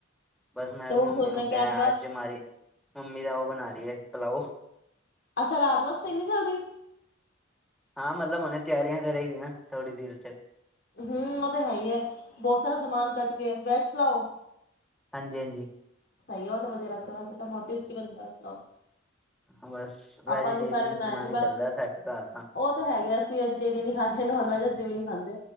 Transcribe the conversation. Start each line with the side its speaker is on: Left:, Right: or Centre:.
Centre: ਬਸ
Left: ਤੇ
Centre: ਮੈਂ
Left: ਉਹ
Centre: ਵੀ ਮੰਮੀ
Left: ਸੋਚਣਾ
Centre: ਨੂੰ ਕਿਹਾ
Left: ਕਿ ਬਸ
Centre: ਅੱਜ ਮਾਰੀ ਮੰਮੀ ਦਾ ਉਹ ਬਣਾ ਰੀ ਐ ਭਲਾਓ
Left: ਅੱਛਾ ਰਾਤ ਵਾਸਤੇ ਇਨੀਂ ਜਲਦੀ
Centre: ਹਾਂ ਮਤਲਬ ਉਹਨੇ ਤਿਆਰੀਆਂ ਕਰੇਗੀ ਨਾ ਥੋੜੀ ਦੇਰ ਚ
Left: ਹੂੰ ਉਹ ਤੇ ਹੈ ਈ ਐ, ਬਹੁਤ ਸਾਰਾ ਸਮਾਨ ਕੱਟ ਕੇ ਬੈਸਟ ਪਲਾਓ
Centre: ਹਾਂਜੀ-ਹਾਂਜੀ।
Left: ਸਹੀ ਆ ਉਹ ਤਾਂ ਵਧੀਆ ਲੱਗਦਾ ਵੈਸੇ ਤਾਂ ਬਹੁਤ ਟੈਟਸੀ ਬਣਦਾ <unintelligible>
Centre: ਹਾਂ ਬਸ ਵੈਜੀਟੇਰੀਅਨ
Left: ਆਪਾਂ ਦੁਪਹਿਰੇ ਬਣਾਇਆ
Centre: ਸਮਾਨ
Left: ਸੀ
Centre: ਈ
Left: ਬਸ
Centre: ਚੱਲਦਾ ਸਾਡੇ ਘਰ ਤਾਂ
Left: ਉਹ ਤੇ ਹੈਗੇ ਸੀ ਅਸੀਂ ਵੈਜੀਟੇਰੀਅਨ ਈ ਖਾਂਦੇ ਨੋਨ ਵੈਜ ਅਸੀਂ ਵੀ ਨੀ ਖਾਂਦੇ